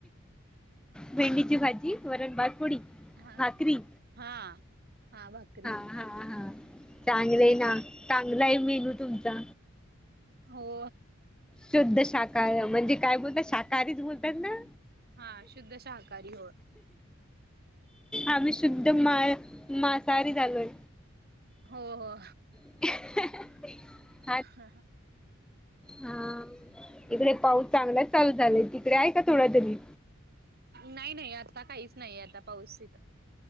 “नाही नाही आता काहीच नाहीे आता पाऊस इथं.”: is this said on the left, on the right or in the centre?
Right